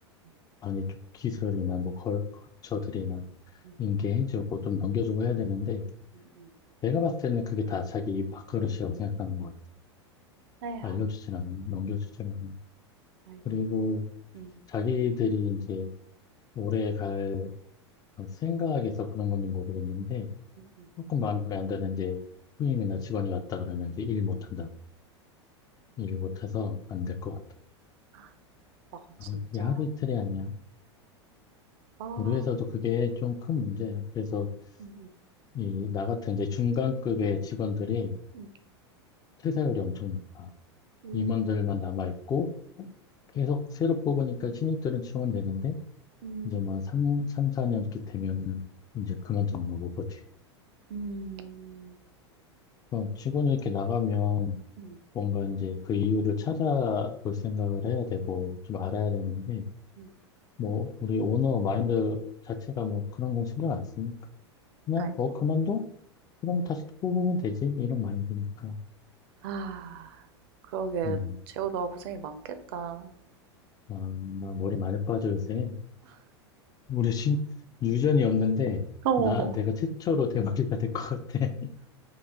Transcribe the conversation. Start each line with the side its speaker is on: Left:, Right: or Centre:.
Right: 음.
Left: 아니, 좀 기술이나 뭐 걸, 거처들이나
Right: 음
Left: 인계해주고 좀 넘겨주고 해야 되는데,
Right: <laughs> 음음.
Left: 내가 봤을 때는 그게 다 자기 밥그릇이라고 생각하는 것 같아.
Right: 에휴.
Left: 알려주진 않아, 넘겨주진 않아.
Right: 아이고.
Left: 그리고
Right: 음.
Left: 자기들이 이제 오래 갈 어, 생각에서 그런 건지 모르겠는데,
Right: 음 음.
Left: 조금 마음에 안 드는 이제 후임이나 직원이 왔다 그러면 이제 일 못한다. 일 못해서 안 될 것 같다.
Right: 아.. 아
Left: 아,
Right: 진짜?
Left: 그게 하루 이틀이 아니야.
Right: 아.
Left: 우리 회사도 그게 좀 큰 문제야. 그래서
Right: 음음.
Left: 이 나 같은 이제 중간급의 직원들이
Right: 음.
Left: 퇴사율이 엄청 높아.
Right: 음
Left: 임원들만 남아있고 계속 새로 뽑으니까 신입들은 지원되는데
Right: 음.
Left: 이제 뭐 3, 삼 4년 이렇게 되면은 이제 그만두는 거 못 버티고
Right: 음. 음
Left: 어, 직원이 이렇게 나가면
Right: 음.
Left: 뭔가 이제 그 이유를 찾아볼 생각을 해야 되고 좀 알아야 되는데
Right: 음.
Left: 뭐 우리 오너 마인드 자체가 뭐 그런 건 신경 안 쓰니까 그냥
Right: 아이고.
Left: 어 그만둬? 그러면 다시 또 뽑으면 되지. 이런 마인드니까.
Right: 아. 그러게
Left: 음,
Right: 재호 너가 고생이 많겠다.
Left: 아, 나 머리 많이 빠져 요새. 우리 신, 유전이 없는데,
Right: <laughs> 어.
Left: 나, 내가 최초로 대머리가 될 것 같아. <laughs>